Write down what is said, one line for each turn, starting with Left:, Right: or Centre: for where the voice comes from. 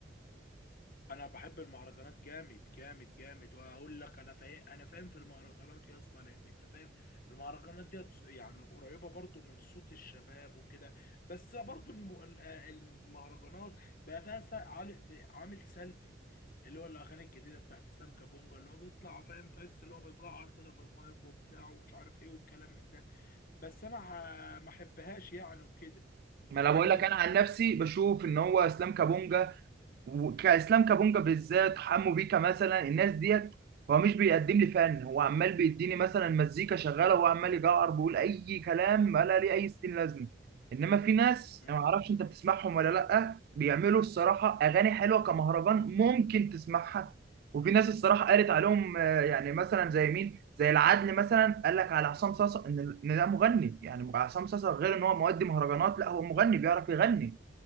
Left: انا بحب المهرجانات جامد جامد جامد وهقول لك انا فاهم انا فاهم في المهرجانات يا اسطى لان انت فاهم المهرجانات دي يعني قريبه برضو من صوت الشباب وكده بس برضو الم- ال- آه، المهرجانات بقى فيها س- عال- عامل سلبي اللي هو الاغاني الجديده بتاعت اسلام كابونجا اللي هو بيطلع فاهم تحس اللي هو بيجعر كده في المايك وبتاع ومش عارف ايه والكلام من ده بس انا ه- ما احبهاش يعني وكده
Right: ما
Left: فاهمني
Right: انا بقول لك انا عن نفسي بشوف ان هو اسلام كابونجا وكاسلام كابونجا بالذات حمو بيكا مثلا الناس ديت هو مش بيقدم لي فن هو عمال بيديني مثلا مزيكا شغاله وهو عمال يجعر بيقول اي كلام ولا ليه اي ستين لازمه انما في ناس
Left: امم
Right: انا ما اعرفش انت بتسمعهم ولا لا بيعملوا الصراحه اغاني حلوه كمهرجان ممكن تسمعها وفي ناس الصراحه قالت عليهم آه، يعني مثلا زي مين زي العدل مثلا قال لك على عصام صاصا ان إن ده مغني يعني عصام صاصا غير ان هو مؤدي مهرجانات لا هو مغني بيعرف يغني